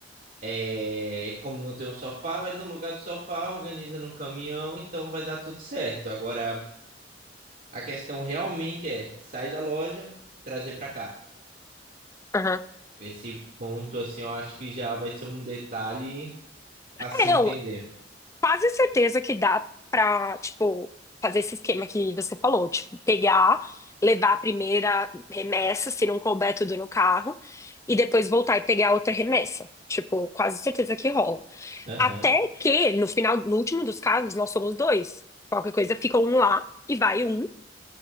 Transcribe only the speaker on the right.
É, como não tem um sofá, vai no lugar do sofá, organiza no caminhão, então vai dar tudo certo. Agora A questão realmente é sair da loja, trazer para cá.
Esse ponto, assim, eu acho que já vai ser um detalhe a
se
entender.
Aham.